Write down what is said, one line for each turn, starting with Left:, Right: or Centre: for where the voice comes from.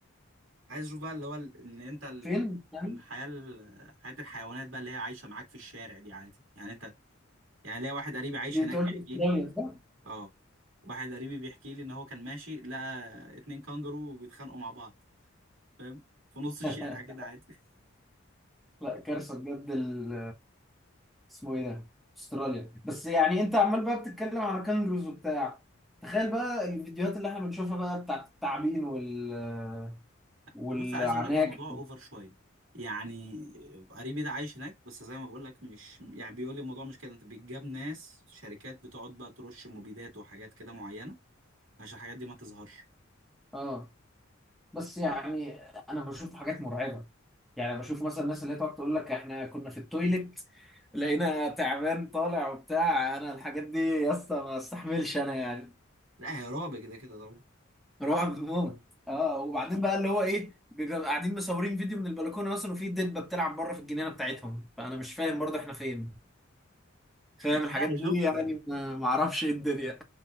Right: عايز اشوف بقى اللي هو ال- ان انت ال-
Centre: فين يعني
Right: الحياه ال- حياه الحيوانات بقى اللي هي عايشه معاك في الشارع دي عادي يعني انت يعني ليا واحد قريبي عايش
Centre: دي انت
Right: هناك
Centre: قلت
Right: بيحكي
Centre: استراليا
Right: لي اه واحد قريبي بيحكي لي ان هو كان ماشي لقى اتنين كانجرو بيتخانقوا مع بعض فاهم في نص الشارع
Centre: صح
Right: كده
Centre: <laughs>
Right: عادي <laughs>
Centre: لا كارثه بجد ال اسمه ايه ده استراليا بس يعني انت عمال بقى بتتكلم على كانجروز وبتاع تخيل بقى الفيديوهات اللي احنا بنشوفها بقى بتاعت التعابين وال والعناكب
Right: بص عايز اقول لك الموضوع اوفر شويه يعني قريبي ده عايش هناك بس زي ما بقول لك مش يعني بيقول لي الموضوع مش كده انت بيتجاب ناس شركات بتقعد بقى ترش مبيدات وحاجات كده معينه عشان الحاجات دي ما تظهرش
Centre: اه بس يعني انا بشوف حاجات مرعبه يعني بشوف مثلا الناس اللي هي تقعد تقول لك احنا كنا في التويليت لقينا تعبان طالع وبتاع انا الحاجات دي يا اسطى ما استحملش انا يعني
Right: لا هي رعب كده كده طبعا
Centre: رعب موت اه وبعدين بقى اللي هو ايه بيبقى قاعدين مصورين فيديو من البلكونه مثلا وفي دبه بتلعب بره في الجنينه بتاعتهم فانا مش فاهم برضه احنا فين
Right: <laughs>
Centre: فاهم الحاجات
Right: لا انا
Centre: دي
Right: شفت
Centre: يعني ما ما اعرفش ايه الدنيا